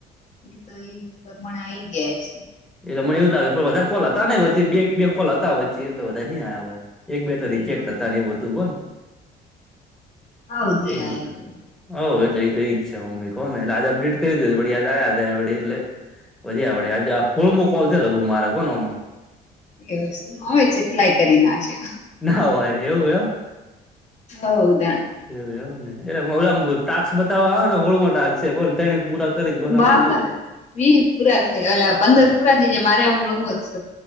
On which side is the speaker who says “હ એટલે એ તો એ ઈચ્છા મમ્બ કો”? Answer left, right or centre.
Centre